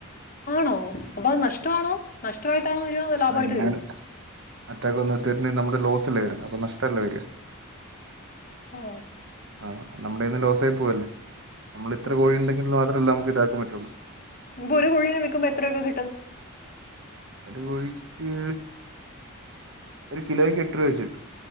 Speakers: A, on the left; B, on the right.
A: ആണോ അപ്പൊ അത് നഷ്ടണോ നഷ്ടയിട്ടാണോ വരാ അതൊ ലാഭയിട്ട്
B: അതെങ്ങനെയാണ്
A: വരോ
B: അറ്റാക്ക് വന്ന്ത്തേര്ന് നമു ലോസ്ല്ലെ വരുന്നെ അപ്പൊ നഷ്ടല്ലെ വരാ
A: ആ
B: ആ നമ്മുടെന്ന് ലോസായി പോവല്ലേ നമ്മളിത്ര കോഴി ഉണ്ടെങ്കിലു മാത്രല്ലെ നമ ഇതാക്കാൻ പറ്റോള്ളൂ
A: ക്കുമ്പോര് കൊഴിനെ വിക്കുമ്പ എത്രയൊക്കെ കിട്ടും
B: ഒരു കോഴിക്ക്‌ ഒരു കിലോയ്ക്ക് എട്ട് രൂപ വെച്ച് കിട്ടും